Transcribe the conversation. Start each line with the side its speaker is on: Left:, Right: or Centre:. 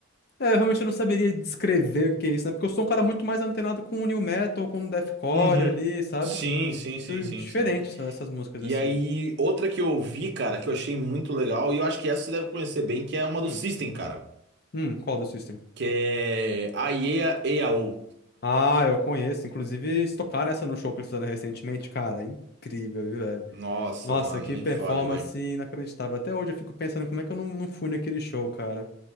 Left: É, eu realmente não saberia descrever o que é isso, né? Porque eu sou um cara muito mais antenado com o new metal, com o deathcore
Right: Uhum.
Left: ali, sabe?
Right: Sim, sim, sim,
Left: E
Right: sim,
Left: Diferente
Right: sim.
Left: essa- essas músicas,
Right: E
Left: assim.
Right: aí, outra que eu ouvi, cara, que eu achei muito legal, e eu acho que essa você deve conhecer bem, que é uma
Left: Hum,
Right: do System, cara.
Left: hum, qual do System?
Right: Que é a EA, EAO.
Left: Ah, eu conheço. Inclusive, eles tocaram essa no show que eles fizeram recentemente. Cara, incrível, viu, velho?
Right: Nossa,
Left: Nossa,
Right: mano,
Left: que
Right: nem
Left: performance
Right: fale, velho.
Left: inacreditável. Até hoje eu fico pensando como é que eu não, não fui naquele show, cara.